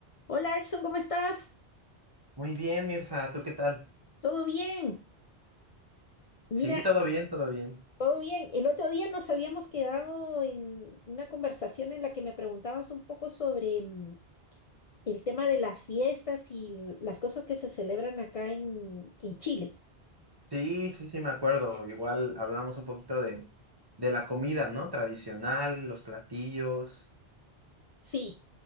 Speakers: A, on the left; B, on the right.
A: Hola Edson, ¿cómo estás?
B: Muy bien, Mirza, ¿tú qué tal?
A: ¿Todo bien? Mira,
B: Sí, todo bien, todo bien.
A: todo bien. El otro día nos habíamos quedado en una conversación en la que me preguntabas un poco sobre mm, el tema de las fiestas y l- las cosas que se celebran acá en, en Chile.
B: Sí, sí, sí, me acuerdo. Igual hablábamos un poquito de, de la comida, ¿no? Tradicional, los platillos.
A: Sí,